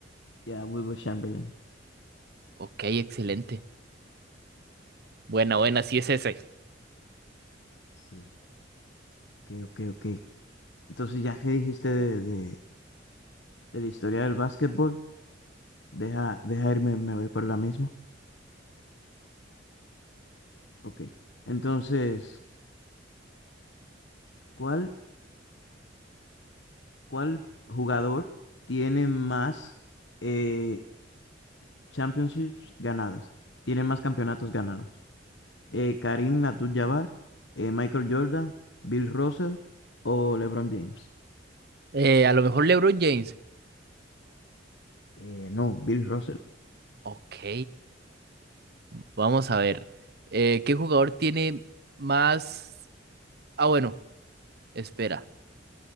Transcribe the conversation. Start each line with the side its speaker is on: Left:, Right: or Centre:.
Left: Ya, Wilbur Chamberlain.
Right: Ok, excelente. Buena, buena, sí es ese.
Left: Sí. Ok, ok, ok. Entonces, ya que dijiste de, de, de la historia del básquetbol, deja, deja irme, me voy por la misma. Ok. Entonces, ¿cuál, cuál jugador tiene más eh, championships ganadas? Tiene más campeonatos ganados. Eh, Karim Abdul-Jabbar, eh, Michael Jordan, Bill Russell o LeBron James.
Right: Eh, a lo mejor LeBron James.
Left: Eh, no, Bill Russell,
Right: Ok, vamos a ver. Eh, ¿qué jugador tiene más... Ah, bueno, espera.